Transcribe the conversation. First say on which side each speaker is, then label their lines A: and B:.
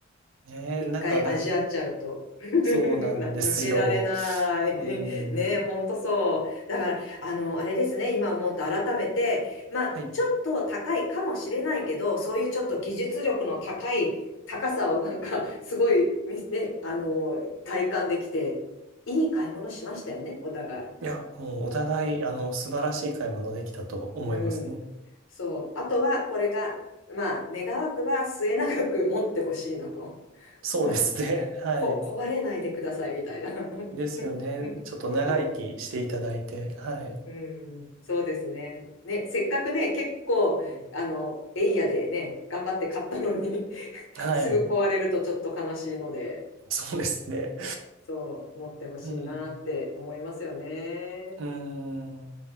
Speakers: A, on the right; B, on the left.
A: ねえ、
B: 一回味わっちゃうと。
A: なんか、だから、
B: <laughs>
A: そうなんですよ。
B: な抜けられない。
A: うん。
B: <laughs> ねえ、ほんとそう。だから、あの、あれですね、今思うと改めて、まあ、
A: はい。
B: ちょっと高いかもしれないけど、そういうちょっと技術力の高い高さをなんか、すごい、みね、あの、体感できて、いい買い物しましたよね、お互
A: いや、もうお互い、あの、素晴らしい買い物できたと思いますね。
B: い。うん。そう。あとは、これが、まあ、願わくば末永く持ってほしいなと。
A: そうですね。
B: <laughs>
A: <laughs> はい。
B: こ、壊れないでくださいみたいな。<laughs>
A: ですよね。ちょっと長生きしていただいて。
B: そ
A: はい。
B: う。うん、そうですね。ね、せっかくね、結構、
A: うん
B: あの、エイヤでね、頑張って買ったのに <laughs>
A: はい。
B: すぐ壊れるとちょっと悲しいので、
A: そうですね。
B: そう、持ってほしいなって思いますよね。
A: うん。うん。